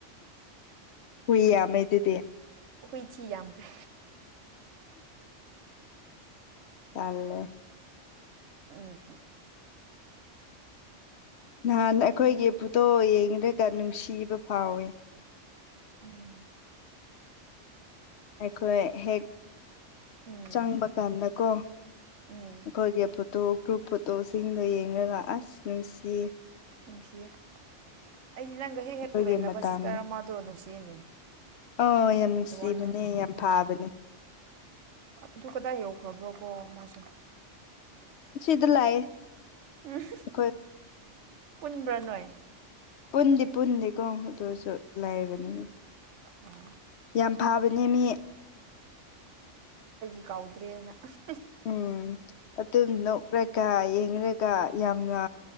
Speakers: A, on the left; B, on the right.
A: ꯍꯨꯏ ꯃꯗꯤꯗꯤ
B: ꯑꯩꯈꯣꯏ ꯁꯤꯤ ꯌꯥꯝꯈ꯭ꯔꯦ
A: ꯇꯂ
B: ꯎꯝ
A: ꯅꯍꯥꯟ ꯑꯩꯈꯣꯏꯒꯤ ꯕꯨꯠꯇꯣ ꯌꯦꯡꯂꯒ ꯅꯨꯡꯁꯤꯕ ꯐꯥꯎꯋꯦ
B: ꯎꯝ
A: ꯑꯩꯈꯣꯏ ꯍꯦꯛ
B: ꯎꯝ
A: ꯆꯪꯕ ꯀꯥꯟꯗꯀꯣ
B: ꯎꯝ
A: ꯑꯈꯣꯏꯒꯤ ꯐꯣꯇꯣ ꯒ꯭ꯔꯨꯞ ꯐꯣꯇꯣꯁꯤꯡꯗꯣ ꯌꯦꯡꯉꯒ ꯑꯁ ꯅꯨꯡꯁꯤ
B: ꯅꯨꯡꯁꯤꯌꯦ ꯑꯩꯗꯤ ꯅꯪꯒ ꯍꯦꯛ
A: ꯑꯩꯈꯣꯏꯒꯤ
B: ꯍꯦꯛ ꯂꯩꯅꯕ
A: ꯃꯇꯝꯗꯣ
B: ꯁꯤꯁꯇꯔ ꯑꯃꯗꯣ ꯅꯨꯡꯁꯤꯅꯦ
A: ꯑꯧ ꯌꯥꯝ ꯅꯨꯡꯁꯤꯕꯅꯦ
B: ꯋꯥꯟꯗ ꯎꯝ
A: ꯌꯥꯝ ꯐꯥꯕꯅꯦ
B: ꯑꯗꯨ ꯀꯗꯥꯏ ꯌꯧ ꯄꯨꯈ꯭ꯔꯕ ꯀꯣ ꯃꯥꯁꯨ
A: ꯁꯤꯗ ꯂꯥꯛꯑꯦ
B: ꯎꯝ
A: ꯑꯩꯈꯣꯏ
B: ꯄꯨꯟꯕ꯭ꯔꯥ ꯅꯣꯏ
A: ꯄꯨꯟꯗꯤ ꯄꯨꯟꯗꯦꯀꯣ ꯑꯗꯣꯢꯁꯨ ꯂꯩꯕꯅꯤ
B: ꯎꯝ
A: ꯌꯥꯝ ꯐꯕꯅꯦ ꯃꯤ
B: ꯀꯧꯗ꯭ꯔꯦꯅ ꯑꯥ
A: ꯎꯝ ꯑꯗꯨ ꯅꯣꯛꯔꯀ ꯌꯦ ꯃꯤꯒꯥ ꯌꯥꯝꯅ